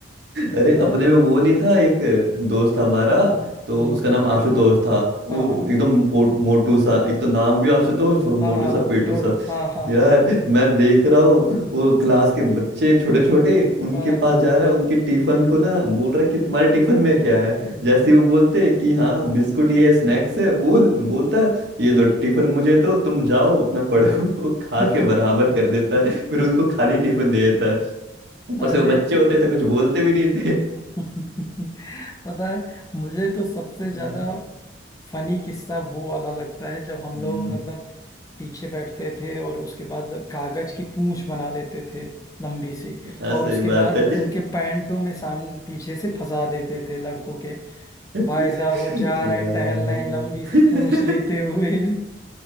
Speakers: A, on the right (about 60°); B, on the left (about 20°).
A: अरे
B: भाई
A: अपने में वो नहीं था एक दोस्त था हमारा तो
B: हम्म
A: उसका नाम आशुतोष था वो
B: हाँ हाँ
A: एकदम पोट- मोटू सा एक तो नाम भी आशुतोष और मोटू
B: हाँ हाँ,
A: सा पेटू
B: मोट
A: सा
B: हाँ हाँ
A: यार
B: हाँ
A: मैं देख रहा हूँ वो क्लास के बच्चे छोटे छोटे उनके
B: हाँ
A: पास जा रहा है उनके टिफिन को ना बोल रहा है कि तुम्हारे टिफिन में क्या है जैसे ही वो बोलते हैं कि हाँ बिस्कुट ये स्नैक्स है वो बोलता है ये लो टिफिन मुझे दो तुम जाओ अपना पढ़ो <laughs> वो खा
B: <laughs>
A: के बराबर कर देता है फिर उनको खाली टिफिन दे देता ऊपर
B: अरे
A: से वो बच्चे होते तो कुछ बोलते भी नहीं थे
B: <laughs> पता है मुझे तो सबसे ज्यादा
A: हाँ,
B: फनी किस्सा वो वाला लगता है जब हम
A: हम्म,
B: लोग मतलब पीछे बैठते थे और उसके बाद कागज की पूंछ बना लेते थे लंबी सी
A: हाँ
B: और
A: सही
B: उसके
A: बात
B: बाद
A: है
B: उनके पैंटों में सामने पीछे से फंसा देते थे लड़कों के
A: <laughs>
B: भाई साहब वो जा रहे
A: यार
B: हैं टहल रहे हैं लंबी सी
A: <laughs>
B: पूंछ लेते हुए <laughs>